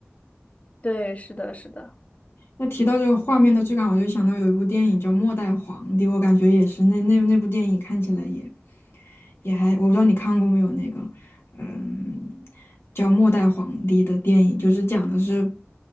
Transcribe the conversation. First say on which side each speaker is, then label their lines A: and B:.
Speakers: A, on the left (about 35°); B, on the left (about 75°).
A: 对，是的，是的。
B: 那提到这个画面的质感，我就想到有一部电影叫《末代皇帝》，我感觉也是那那那部电影看起来也也还，我不知道你看过没有那个，嗯，叫《末代皇帝》的电影，就是讲的是